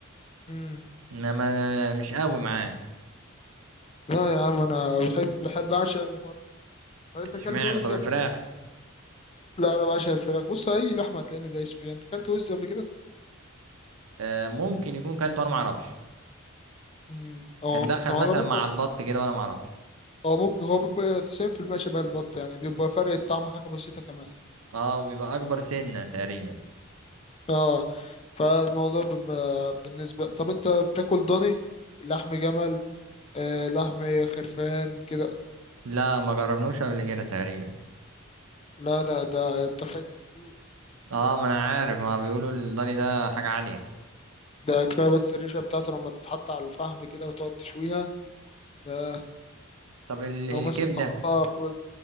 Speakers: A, on the left (about 30°); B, on the right (about 85°).
A: امم
B: ما ما مش قوي معاه
A: لا يا عم انا بحب بحب اعشق البط طب انت
B: اشمعنى
A: اكلت وز
B: طب
A: قبل
B: الفراخ
A: كده لا انا بعشق الفراخ بص اي لحمه هتلاقيني دايس فيها انت اكلت وز قبل كده
B: آه ممكن يكون كلت وانا ما اعرفش
A: مم. هو
B: كان دخل
A: على
B: مثلا
A: العموم
B: مع البط كده وانا ما اعرفش
A: هو ممكن هو بيبقى 90% شبه البط يعني بيبقى فرق الطعم حاجة بسيطة كمان
B: اه وبيبقى اكبر سنة تقريبا
A: اه فالموضوع بيبقى بالنسبة طب انت بتاكل ضاني لحم جمل آه لحم خرفان كده
B: لا ما جربناوش قبل كده تقريبا
A: لا لا ده انت فايتك كتير
B: اه ما انا عارف ما بيقولوا الضاني ده حاجة عالية
A: ده كفاية بس الريشة بتاعته لما تتحط على الفحم كده وتقعد تشويها ده
B: طب ال الكبدة
A: لو مثلا تحطها فوق